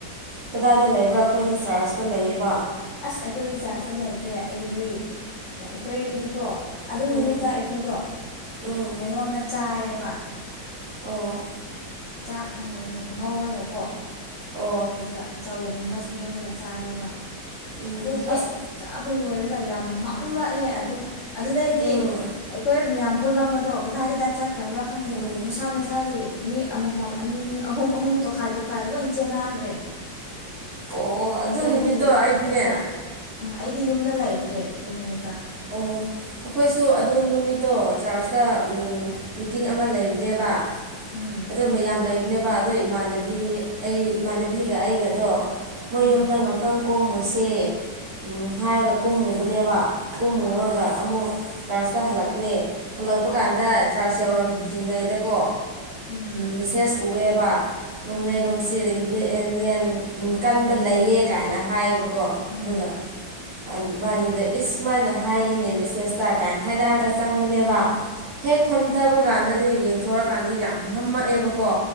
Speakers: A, on the right (about 50°); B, on the left (about 45°).
A: ꯀꯗꯥꯏꯗ ꯂꯩꯕ꯭ꯔꯥ ꯑꯩꯈꯣꯏꯗꯤ ꯆꯥꯔꯖꯇ ꯂꯩꯌꯦꯕ
B: ꯑꯁ ꯑꯩꯈꯣꯏꯗꯤ ꯆꯥꯔꯖꯇ ꯂꯩꯇ꯭ꯔꯦ ꯑꯩꯗꯤ ꯑꯩꯈꯣꯏꯗꯤꯀꯣ ꯑꯗꯨ
A: ꯎꯝ
B: ꯅꯨꯃꯤꯠꯇꯣ ꯑꯩꯈꯣꯏꯗꯣ
A: ꯎꯝ
B: ꯀꯩꯅꯣꯃ ꯆꯥꯏꯌꯦꯕ
A: ꯑꯣ
B: ꯆꯥꯛ ꯉꯧꯔꯒꯀꯣ
A: ꯑꯣ
B: ꯑꯗꯨꯒ ꯆꯧꯒꯨꯝꯕ ꯁꯦꯝꯃꯒ ꯆꯥꯏꯌꯦꯕ
A: ꯎꯝ
B: ꯑꯗꯣ ꯍꯦꯛ
A: ꯑꯁ
B: ꯆꯥꯕ ꯂꯣꯏꯔꯒ ꯌꯥꯝ ꯃꯝꯂꯛꯑꯦ ꯑꯗꯨꯒ ꯑꯗꯨꯗꯩꯗꯤ
A: ꯎꯝ
B: ꯑꯩꯈꯣꯏ ꯃꯌꯥꯝ ꯄꯨꯂꯝ ꯕꯗꯣ ꯀꯗꯥꯏ ꯀꯗꯥꯏ ꯆꯠ <unintelligible> ꯕꯔꯥ ꯈꯪꯗꯦ
A: ꯎꯝ
B: ꯃꯁꯥ ꯃꯁꯥꯒꯤ ꯃꯤ ꯑꯃꯃꯝ ꯑꯅꯤꯅꯤ ꯑꯍꯨꯝ ꯑꯍꯨꯝ ꯇꯣꯈꯥꯏ ꯇ‌ꯣ ꯈꯥꯏ ꯂꯣꯏ ꯆꯦꯟꯅꯈ꯭ꯔꯦ
A: ꯑꯣ ꯑꯗꯨ
B: ꯑꯩꯈꯣꯏꯗꯤ
A: ꯅꯨꯃꯤꯠꯇꯣ ꯑꯩꯗꯤꯅꯦ
B: ꯃꯊꯛꯇ ꯎꯝ ꯑꯩꯗꯤ ꯌꯨꯝꯗ ꯂꯩꯇ꯭ꯔꯦ ꯑꯗꯨ ꯅꯨꯃꯤꯠꯇ
A: ꯑꯣ ꯑꯩꯈꯣꯏꯁꯨ ꯑꯗꯨ ꯅꯨꯃꯤꯠꯇꯣ ꯆꯥꯔꯆꯇ ꯃꯤꯇꯤꯡ ꯑꯃ ꯂꯩꯕꯅꯦꯕ
B: ꯎꯝ
A: ꯑꯗꯣ ꯃꯌꯥꯝ ꯂꯩꯕꯅꯦꯕ ꯑꯗꯣ ꯏꯃꯥꯟꯅꯕꯤ ꯑꯩ ꯏꯃꯥꯟꯅꯕꯤꯒ ꯑꯩꯒꯗꯣ ꯃꯣꯏ
B: ꯎꯝ
A: ꯌꯨꯝꯗ ꯉꯥꯛꯇꯪ ꯀꯣꯝꯃꯨꯁꯦ ꯎꯝ ꯍꯥꯏꯔꯒ ꯀꯨꯝꯃꯨꯕꯅꯦꯕ ꯀꯨꯝꯃꯨꯑꯒ
B: ꯑꯥ
A: ꯑꯃꯨꯛ ꯆꯥꯔꯖꯇ ꯍꯜꯂꯛꯄꯅꯦ ꯍꯜꯂꯛꯄ
B: ꯑꯥ
A: ꯀꯥꯟꯗ ꯆꯥꯔꯖ ꯌꯧꯔꯝꯗ꯭ꯔꯤ ꯉꯩꯗꯀꯣ
B: ꯎꯝ
A: ꯃꯦꯁꯦꯖ ꯎꯑꯦꯕ ꯅꯣꯡꯂꯩ
B: ꯎꯝ
A: ꯅꯨꯡꯁꯤꯠ <unintelligible> ꯌꯦꯟ ꯎꯝ ꯀꯟꯕ
B: ꯎꯝ
A: ꯂꯩꯌꯦ ꯀꯥꯏꯅ ꯍꯥꯏꯌꯦꯕꯀꯣ
B: ꯎꯝ
A: ꯑꯗꯨꯒ ꯏꯕꯥꯅꯤꯗ ꯏꯁ ꯁꯨꯃꯥꯏꯅ ꯍꯥꯏꯌꯦꯅꯦ ꯃꯦꯁꯦꯖꯇ ꯀꯥꯏꯅ ꯍꯥꯏꯅꯔꯒ ꯆꯪꯕꯅꯦꯕ
B: ꯎꯝ ꯎꯝ
A: ꯍꯦꯛ ꯐꯝꯊꯕ ꯀꯥꯟꯗꯗꯤ ꯌꯦꯡꯊꯣꯔꯀꯥꯟꯗꯤ ꯌꯥꯝ ꯐꯝꯃꯛꯑꯦꯕꯀꯣ